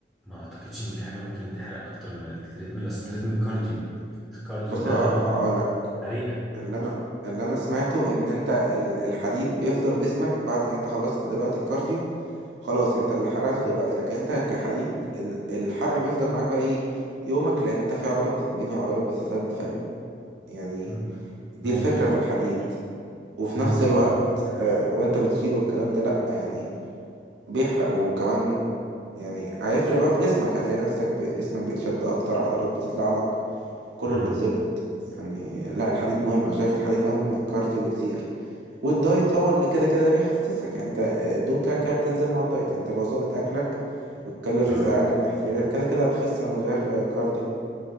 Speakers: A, in the centre; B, on the right.
A: ما اعتقدش ان في حاجه ممكن تحرق اكتر من التريدميل اصل التريدميل كارديو الكارديو
B: بص
A: ده
B: اقول
A: هو
B: لك
A: حريقه
B: اللي انا اللي انا سمعته ان انت ال- الحديد بيفضل جسمك بعد انت خلصت دلوقتي الكارديو خلاص يعني انت اللي حرقته دلوقتي لكن انت كحديد ال- الحرق بيفضل معاك بقى ايه يومك لان انت في عضلات بتتبني وعضلات بتتهد فاهم يعني
A: م-
B: دي
A: ممكن
B: الفكرة في الحديد وفي
A: ممكن
B: نفس الوقت
A: اه
B: آه وانت بتشيل والكلام ده لا يعني بيحرق وكمان يعني هيفرق بقى في جسمك هتلاقي نفسك ب- جسمك بيتشد اكتر عضلات بتطلع لك كله
A: امم
B: بيتظبط يعني لا الحديد مهم انا شايف الحديد اهم من الكارديو بكتير والدايت هو اللي كده كده هيخسسك يعني انت آه، الدهون كده كده بتنزل مع الدايت انت لو ظابط اكلك والكالوريز
A: اه
B: اقل من احتياجك كده كده هتخس من غير كارديو